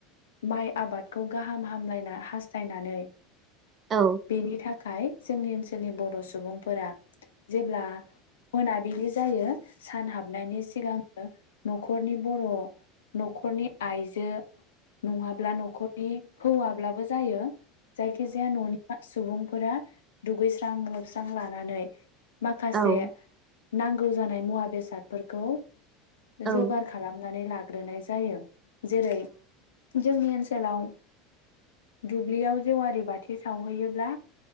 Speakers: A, on the left; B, on the right.
A: माइ आबादखौ गाहाम हामलायना हास्थायनानै
B: औ
A: बेनि थाख खाय जोंनि ओनसोलनि बर' सुबुंफोरा जेब्ला मोना बिलि जायो सान हाबनायनि सिगांनो न'ख <inaudible> नखरनि बर' न'खरनि आइजो नङाब्ला न'खरनि हौवाब्लाबो जायो जायखिजाया न'नि सुबुंफोरा दुगैस्रां लोबस्रां लानानै माखासे
B: औ
A: नांगौ जानाय मुवा बेसादफोरखौ जगार
B: औ
A: खामनानै लाग्रोनाय जायो। जेरै जोंनि ओन सोलाव दुब्लियाव जेवारि बाथि सावहैयोब्ला